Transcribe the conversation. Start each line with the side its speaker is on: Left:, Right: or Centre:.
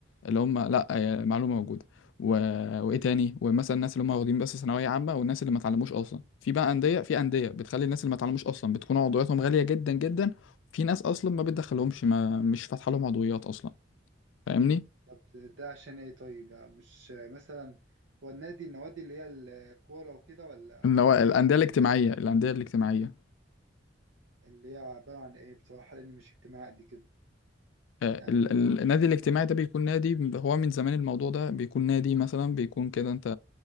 Left: اللي هم لأ هي معلومة موجودة و... وإيه تاني ومثلا الناس اللي هم واخدين بس ثانوية عامة والناس اللي ما اتعلموش أصلا في بقى أندية في أندية بتخلي الناس اللي ما اتعلموش أصلا بتكون عضوياتهم غالية جدا جدا في ناس أصلا ما
Right: مم.
Left: بتدخلهمش ما مش فاتحة لهم عضويات أصلا فاهمني؟
Right: طب ده عشان ايه طيب يعني مش آه، مثلا هو النادي النوادي اللي هي الكورة وكده ولا
Left: اللي
Right: نوادي
Left: هو الأندية
Right: ايه؟
Left: الاجتماعية الأندية الاجتماعية
Right: اللي هي عبارة عن إيه بصراحة لأني مش اجتماعي قد كده
Left: آه،
Right: يعني
Left: ال- ال-
Right: ما...
Left: النادي الاجتماعي ده بيكون نادي هو من زمان الموضوع ده بيكون نادي مثلا بيكون كده انت